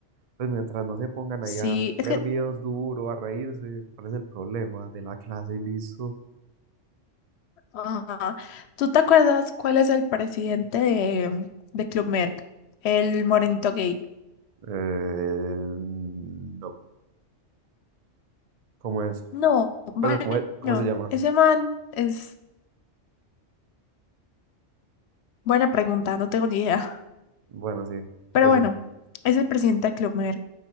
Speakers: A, on the right (about 45°); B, on the left (about 65°).
A: Pues mientras no se pongan
B: Sí,
A: ahí a
B: es
A: ver
B: que,
A: videos duro, a reírse, ¿cuál es el problema? De la clase y listo.
B: ajá. ¿Tú te acuerdas cuál es el presidente de, mm, de Club Med? El morenito gay.
A: Eh, no, ¿cómo es?
B: No, bueno,
A: Pues, o ¿cómo, es- cómo se llama?
B: ese man es buena pregunta, no tengo ni idea.
A: Bueno, sí,
B: Pero
A: ese.
B: bueno, es el presidente de Club Med.